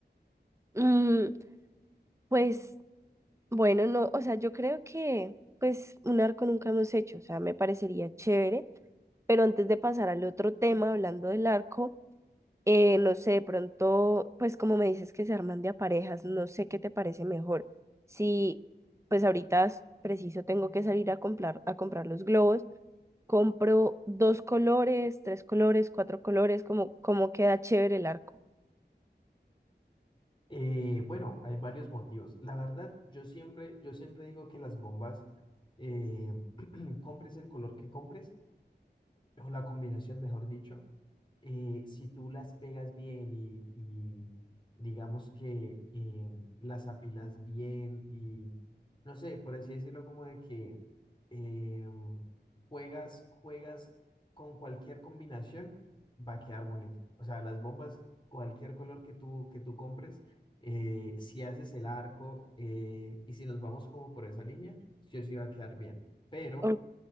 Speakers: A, on the right; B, on the left.
A: Mm, pues bueno, no, o sea, yo creo que pues un arco nunca hemos hecho, o sea, me parecería chévere, pero antes de pasar al otro tema, hablando del arco. Eh, no sé, de pronto, pues como me dices que se arman de a parejas, no sé qué te parece mejor. Si, pues ahorita es preciso tengo que salir a comprar, a comprar los globos, compro dos colores, tres colores, cuatro colores, como, como queda chévere el arco.
B: Eh, bueno, hay varios motivos. La verdad, yo siempre, yo siempre digo que las bombas, eh, <clears throat> compres el color que compres, o la combinación, mejor dicho, eh, si tú las pegas bien y, y digamos que eh, las apilas bien y no sé, por así decirlo, como de que eh, juegas, juegas con cualquier combinación, va a quedar bonito. O sea, las bombas, cualquier color que tú, que tú compres, eh, si haces el arco eh, y si nos vamos como por esa línea, sí o sí va a quedar bien. Pero
A: Ok,